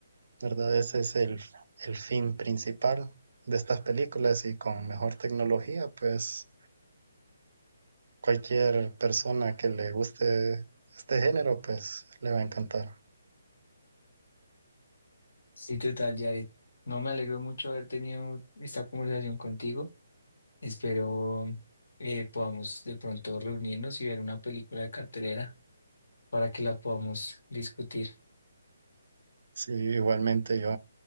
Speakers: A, on the right (about 65°); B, on the left (about 75°).
A: ¿verdad? Ese es el, el fin principal de estas películas y con mejor tecnología, pues cualquier persona que le guste este género, pues le va a encantar.
B: Sí, total, Jared. No me alegro mucho haber tenido esta conversación contigo. Espero eh, podamos de pronto reunirnos y ver una película de cartelera para que la podamos discutir.
A: Sí, igualmente yo